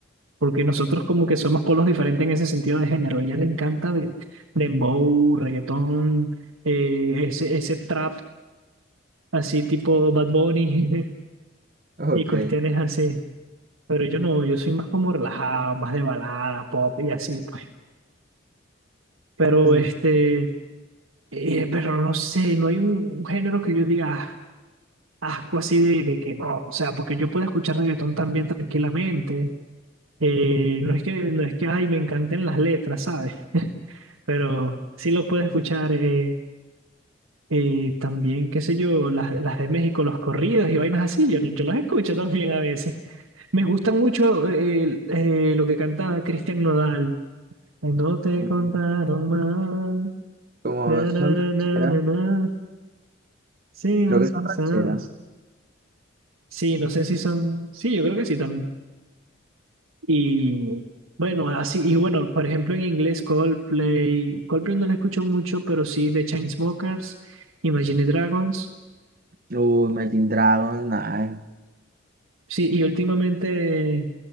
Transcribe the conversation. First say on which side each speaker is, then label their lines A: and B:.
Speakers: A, on the right (about 90°); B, on the right (about 45°).
A: porque nosotros como que somos polos diferentes en ese sentido de género. A ella le encanta de, dembow, reggaetón, eh, ese, ese trap así tipo Bad Bunny <laughs>
B: Ok.
A: y cuestiones así. Pero yo no, yo soy más como relajado, más de balada, pop y así, pues. Pero
B: Mm,
A: este, eh, pero no sé, no hay un género que yo diga "Ah, asco así de, de que no. O sea, porque yo puedo escuchar reggaetón también tranquilamente. Eh, no es que, no es que, ay, me encanten las letras, ¿sabes? pero sí lo puedes escuchar eh, eh, también, qué sé yo, las, las de México, los corridos y vainas así, yo, yo los escucho también a veces. Me gustan mucho eh, el- eh, lo que cantaba Cristian Nodal, no te
B: Como,
A: contaron mal,
B: como
A: na,
B: son
A: na, na,
B: rancheras,
A: na, na, na, sí,
B: creo
A: no
B: que
A: sé,
B: son rancheras.
A: sabes". Sí, no sé si son, sí, yo creo que sí también. Y bueno, así, y bueno, por ejemplo en inglés Coldplay, Coldplay no lo escucho mucho, pero sí de Chainsmokers. Imagine Dragons.
B: Uy, Imagine Dragons, nada.
A: Sí, y últimamente